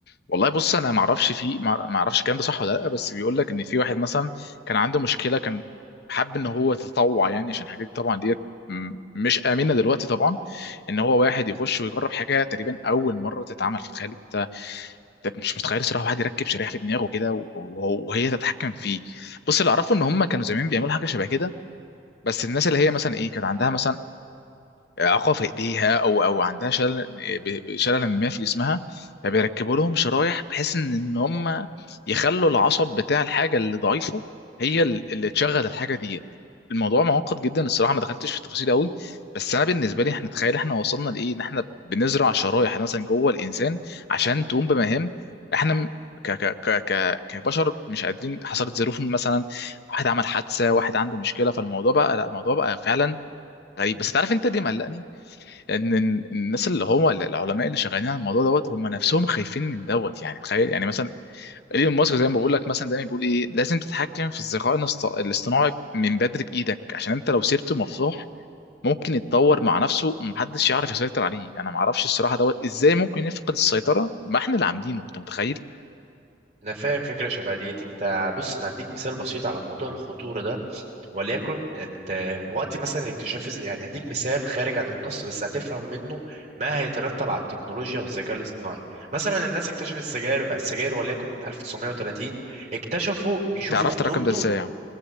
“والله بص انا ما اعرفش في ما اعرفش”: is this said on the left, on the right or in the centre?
Left